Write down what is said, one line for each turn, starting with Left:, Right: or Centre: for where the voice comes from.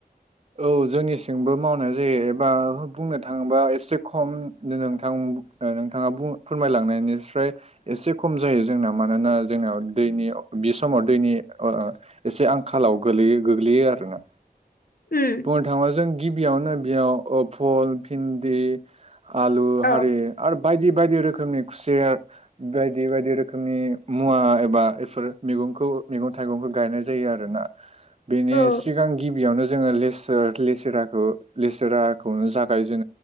Right: औ जोंनिसिंबो मावनाय जायो एबा बुंनो थाङोबा एसे खम नो-नोंथां ओ नोंथाङा बु फोरमायलांनायनिफ्राय एसे खम जायो जोंना मानोना जोंनाव दैनि बि समाव दैनि ओ एसे आंखालाव गोलैयो गोग्लैयो आरोना
Left: उम
Right: बुंनो थाङोबा जों गिबियावनो बेयाव ओ फल भिन्दि आलु
Left: औ
Right: हारि आरो बायदि बायदि रोखोमनि खुसेर बायदि बायदि रोखोमनि मुवा एबा बेफोर मैगंखौ मैगं थाइगंखौ गायनाय जायो आरोना बेनि
Left: औ
Right: सिगां गिब बेयावनो जोङो लेस लेसराखौ लेसराखौनो जागायजे